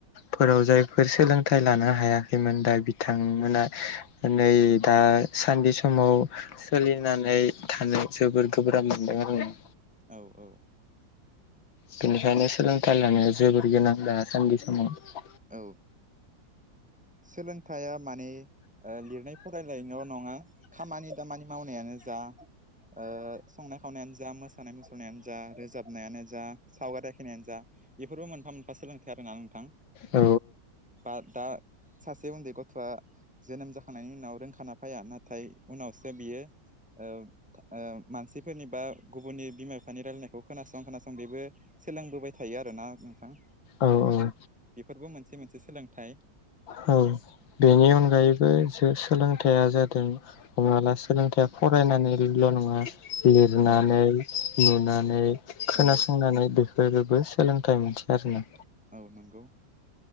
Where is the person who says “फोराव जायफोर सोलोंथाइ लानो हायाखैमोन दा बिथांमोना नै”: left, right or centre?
Left